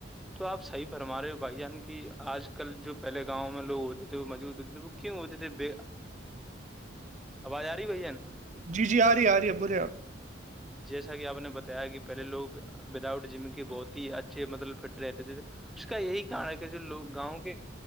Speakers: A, in the centre; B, on the right.
A: تو آپ صحی فرم رہے ہو بھائی یعنی آج کل جو پہے گاؤں میں لوگ ہوتے تھے وہ مجوود ہوتے تھے وہ کیوں ہوتے تھےب اواز آ رہی بھ جن
B: جی جی آ رہی ہے آ رہی ہے بولے آپ
A: جیسا کہ آپ نے بتایا کہ پہلے لوگ وداؤٹ جم کے بہت ہی اچھے مطلب فٹ رہتے تھے اس کا یہی کار ہے کہ جو لوگ گاؤں کے